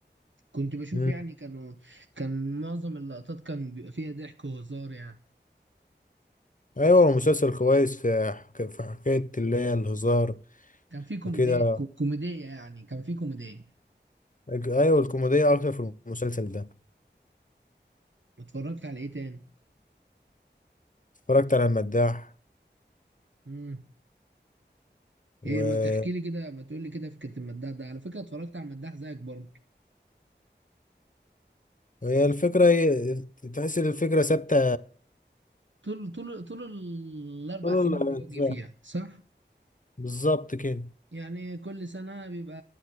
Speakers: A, on the right; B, on the left.
A: كنت بشوف
B: مم.
A: يعني كانوا كان معظم اللقطات كان بيبقى فيها ضحك وهزار يعني
B: أيوة مسلسل كويس في حك... في حكاية اللي هي الهزار
A: كان في كوميديا
B: وكده
A: كوميديا يعني كان في كوميديا
B: أج- أيوة الكوميديا أكتر في المسلسل ده
A: اتفرجت على ايه تاني
B: اتفرجت على المداح
A: امم
B: و-
A: ايه ما تحكي لي كده ما تقول لي كده فكرة المداح ده على فكرة اتفرجت على المداح زيك برضه
B: وهي الفكرة هي... تحس إن الفكرة ثابتة
A: طول طول طول الاربع
B: طول
A: سنين
B: الأجزاء
A: اللي هو جه فيها صح
B: بالظبط كده
A: يعني كل سنة بيبقى